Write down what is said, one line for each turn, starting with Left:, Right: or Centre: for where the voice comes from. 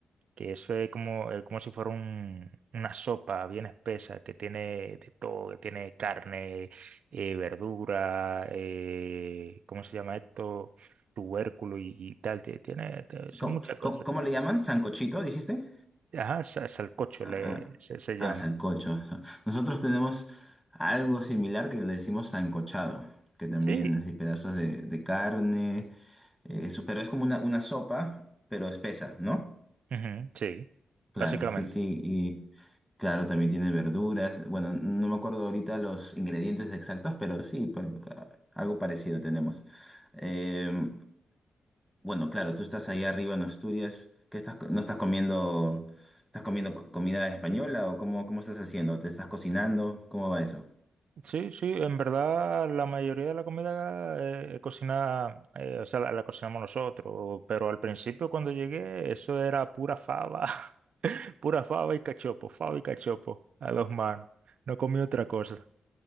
Right: que eso es como, eh, como si fuera un- una sopa bien espesa, que tiene de todo, que tiene carne, eh, verdura, eh, ¿cómo se llama esto? Tubérculo y, y tal, tie- tiene, te- son
Centre: ¿Cómo,
Right: muchas cosas.
Centre: cómo- cómo le llaman? ¿Sancochito, dijiste?
Right: Ajá, sa- salcocho
Centre: Ah,
Right: le, se, se llama.
Centre: ah, ah, sancocho. sa- Nosotros tenemos algo similar que le decimos sancochado, que también
Right: Sí,
Centre: así pedazos de, de carne, eh, eso, pero es como una, una sopa, pero espesa, ¿no?
Right: ujú, sí,
Centre: Claro,
Right: básicamente.
Centre: sí, sí, Claro, también tiene verduras. Bueno, no me acuerdo ahorita los ingredientes exactos, pero sí, pues, ca- algo parecido tenemos. Eh, bueno, claro, tú estás allá arriba en Asturias. ¿Qué estás, co- no estás comiendo, estás comiendo co- comida española o cómo, cómo estás haciendo? ¿Te estás cocinando? ¿Cómo va eso?
Right: Sí, sí, en verdad la mayoría de la comida eh, eh, cocina, eh, o sea, la, la cocinamos nosotros, pero al principio cuando llegué eso era pura fava, <laughs> pura fava y cachopo, fava y cachopo a dos manos, no comí otra cosa.